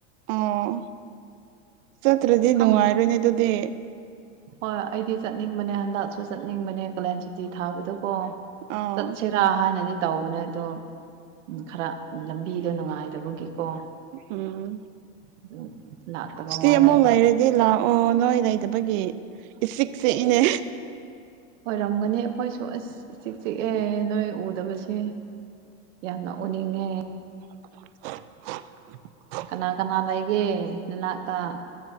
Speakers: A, on the right (about 50°); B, on the right (about 75°).
A: ꯑꯣ ꯆꯠꯇ꯭ꯔꯗꯤ
B: ꯈꯪꯗꯦ
A: ꯅꯨꯡꯉꯥꯏꯔꯣꯏꯅꯦ ꯑꯗꯨꯗꯤ
B: ꯍꯣꯏ ꯑꯩꯗꯤ ꯆꯠꯅꯤꯡꯕꯅꯦ ꯍꯟꯗꯛꯁꯨ ꯆꯠꯅꯤꯡꯕꯅꯦ ꯀꯥꯂꯦꯟ ꯁꯨꯇꯤ ꯊꯥꯕꯗꯀꯣ
A: ꯑꯥ
B: ꯆꯠꯁꯦ ꯗꯥ ꯍꯥꯏꯅꯗꯤ ꯇꯧꯕꯅꯦ ꯑꯗꯣ ꯈꯔ ꯂꯝꯕꯤꯗꯣ ꯅꯨꯡꯉꯥꯏꯇꯕꯒꯤꯀꯣ
A: ꯎꯝ
B: ꯑꯗꯨꯝ ꯂꯥꯛꯇꯕ
A: ꯁꯤꯇꯤ
B: ꯋꯥꯅꯦꯕ
A: ꯑꯃꯨꯛ ꯂꯩꯔꯦ ꯗꯤ ꯂꯥꯛꯑꯣ ꯅꯣꯏ ꯂꯩꯗꯕꯒꯤ ꯏꯆꯤꯛ ꯆꯤꯛꯏꯅꯦ
B: ꯑꯣꯏꯔꯝꯒꯅꯤ ꯑꯩꯈꯣꯏꯁꯨ ꯑꯁ ꯏꯆꯤꯛ ꯆꯤꯛꯑꯦ ꯅꯣꯏ ꯎꯗꯕꯁꯦ ꯌꯥꯝꯅ ꯎꯅꯤꯡꯉꯦ
A: <unintelligible>
B: ꯀꯅꯥ ꯀꯅꯥ ꯂꯩꯒꯦ ꯅꯅꯥꯛꯇ